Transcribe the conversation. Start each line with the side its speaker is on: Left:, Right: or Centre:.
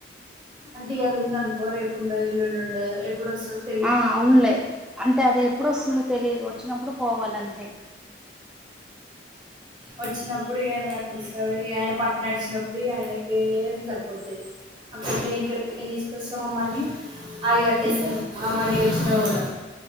Right: అంటే ఇయాళ ఉందనుకో రేపు ఉండదు ఎల్లుండు ఉండదు ఎప్పుడు వస్తంది
Centre: ఆ అవునులే అంటే అది ఎప్పుడు వస్తుందో తెలియదు వచ్చినప్పుడు పోవాలి అంతె
Right: వచ్చినప్పుడు నడుస్తాడు. ఆయన పక్క నడిచినప్పుడు ఆయనకే సరిపోతుది అక్కడికని ఇక్కడికని తీసుకొస్తామమ్మని ఆవి కట్టేస్త
Centre: ఉమ్
Right: ఆ మని వచ్చిన కూడా